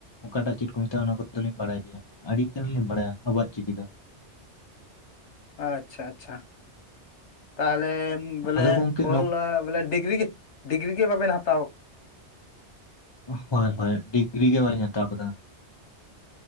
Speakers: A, on the left; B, on the left.
A: ᱚᱠᱟᱴᱟᱜ ᱪᱮᱫ ᱠᱚ ᱢᱮᱛᱟᱜ-ᱟ ᱚᱱᱟ ᱠᱚ ᱫᱚ ᱞᱤᱧ ᱵᱟᱲᱟᱭ ᱜᱮᱭᱟ, ᱟᱹᱰᱤ ᱜᱟᱱ ᱞᱤᱧ ᱵᱟᱲᱟᱭᱟ ᱟᱵᱚᱣᱟᱜ ᱪᱤᱠᱤ ᱫᱚ᱾
B: ᱟᱪᱪᱷᱟ ᱟᱪᱪᱷᱟ, ᱛᱟᱦᱞᱮ ᱵᱚᱞᱮ
A: ᱟᱫᱚ ᱜᱚᱝᱠᱮ
B: ᱚᱞ ᱵᱚᱞᱮ ᱰᱤᱜᱽᱨᱤ ᱜᱮ ᱰᱤᱜᱽᱨᱤ ᱜᱮ ᱵᱟᱵᱮᱱ ᱦᱟᱛᱟᱣ
A: ᱦᱚᱭ ᱦᱚᱭ, ᱰᱤᱜᱽᱨᱤ ᱜᱮ ᱵᱟᱞᱤᱧ ᱦᱟᱛᱟᱣ ᱠᱟᱫᱟ᱾